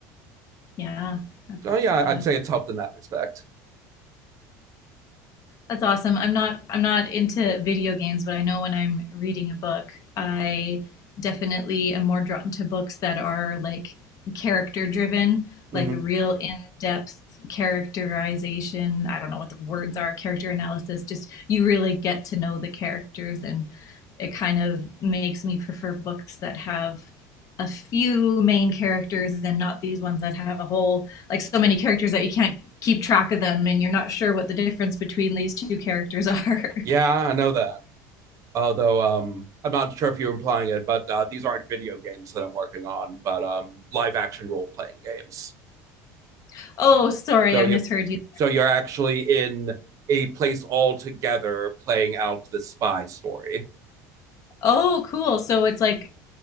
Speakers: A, on the left (about 40°); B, on the right (about 40°).
A: yeah, that's
B: So yeah,
A: yeah.
B: I'd say it's helped in that respect.
A: That's awesome. I'm not I'm not into video games, but I know when I'm reading a book, I definitely am more drawn to books that are like character driven,
B: Mm-hmm.
A: like real in-depth characterization. I don't know what the words are, character analysis. Just you really get to know the characters and it kind of makes me prefer books that have a few main characters and not these ones that have a whole like so many characters that you can't keep track of them and you're not sure what the difference between these two characters are.
B: Yeah, I know that. although um, I'm not sure if you're implying it, but uh, these aren't video games that I'm working on, but um, live action role playing games.
A: <laughs> oh, sorry,
B: So
A: I
B: you,
A: misheard you.
B: so you're actually in a place all together playing out the spy story.
A: Oh, cool. So it's like